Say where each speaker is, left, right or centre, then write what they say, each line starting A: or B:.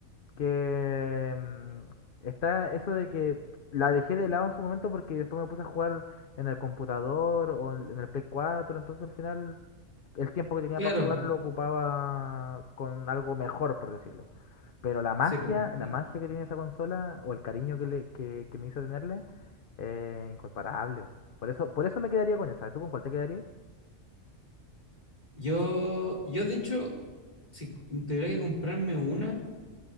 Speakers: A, on the left; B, on the left.
A: que mm, está eso de que la dejé de lado en su momento porque después me puse a jugar en el computador o en el Play cuatro entonces al final el tiempo que tenía
B: Claro,
A: para jugar lo ocupaba con algo mejor, por decirlo. Pero la magia,
B: sí, po. Mm.
A: la magia que tiene esa consola o el cariño que, le, que, que me hizo tenerle, eh, incomparable. Por eso, por eso me quedaría con esa. ¿Tú con cuál te quedarías?
B: Yo, yo de hecho, si tuviera que comprarme una,